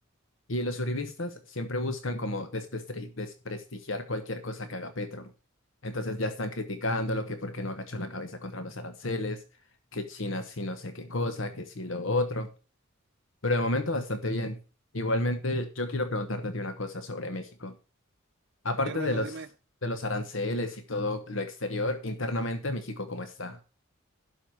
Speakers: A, on the left; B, on the right.
A: Y los uribistas siempre buscan como desprestre- desprestigiar cualquier cosa que haga Petro. Entonces ya están criticándolo, que por qué no agachó la cabeza contra los aranceles, que China sí no sé qué cosa, que sí lo otro. Pero de momento bastante bien. Igualmente, yo quiero preguntarte a ti una cosa sobre México. Aparte
B: Sí, hermano,
A: de los,
B: dime,
A: de los aranceles y todo lo exterior, internamente México, ¿cómo está?